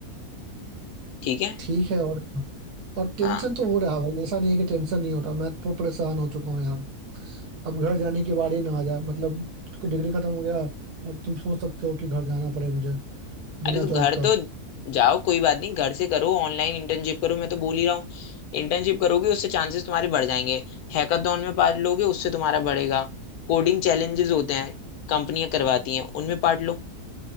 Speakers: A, on the left; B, on the right.
A: ठीक है
B: ठीक है और क्या? और टेंशन
A: हाँ
B: तो हो रहा है भाई ऐसा नहीं है कि टेंशन नहीं हो रहा मैं तो परेशान हो चुका हूँ यार अब घर जाने की बारी ना आ जाए मतलब डिग्री खत्म हो गया और तुम सोच सकते हो कि घर जाना पड़े मुझे बिना
A: अरे तो घर
B: जॉब का
A: तो जाओ कोई बात नहीं घर से करो ऑनलाइन इंटर्नशिप करो मैं तो बोल ही रहा हूँ इंटर्नशिप करोगे उससे चांसेस तुम्हारे बढ़ जाएंगे हैकाथॉन में पार्ट लोगे उससे तुम्हारा बढ़ेगा कोडिंग चैलेंजेस होते हैं कंपनियां करवाती हैं उनमें पार्ट लो